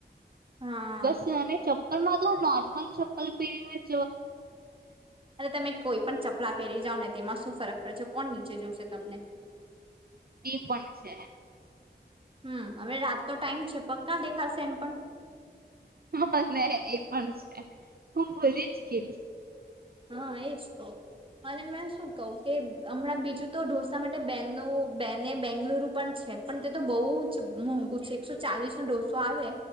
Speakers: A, on the right; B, on the right.
A: હા
B: બસ એને ચપ પણ મા તો નોર્મલ ચપ્પલ પીર
A: અને તમે કોઈ પણ ચપલા પહેરી જાવ ને તેમાં શું ફરક પડશે કોણ નીચે જોવશે તમને
B: એ પણ છે.
A: હમ્મ હવે રાત નો ટાઈમ છે પગ કા દેખાશે એમ પણ.
B: હા ને એ પણ છે. હું ભૂલી જ ગેલી -
A: હા એજ તો અને મેં શું કવ કે હમણાં બીજું તો ઢોસા માટે બેન બેને બેંગલુરુ પણ છે. પણ તે તો બહુ જ મોઘુ છે, એકસો ચાલીસ નો ડોસ. આવે